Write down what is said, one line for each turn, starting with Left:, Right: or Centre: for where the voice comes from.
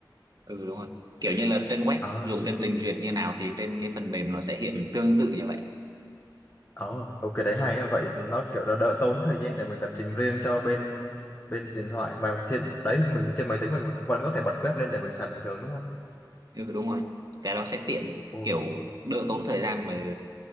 Right: ừ đúng rồi kiểu như là trên web
Left: Ờ,
Right: dùng trên trình duyệt như nào thì trên cái phần mềm nó sẽ hiện tương tự như vậy
Left: ờ, ok đấy hay á. Vậy nó kiểu đỡ, đỡ tốn thời gian để mình lập trình riêng cho bên bên điện thoại mà trên đấy mình trên máy tính mình vẫn có thể bật web lên để mình xài bình thường đúng không?
Right: ừ đúng rồi cái đó sẽ tiện
Left: Ồ.
Right: kiểu đỡ tốn thời gian mà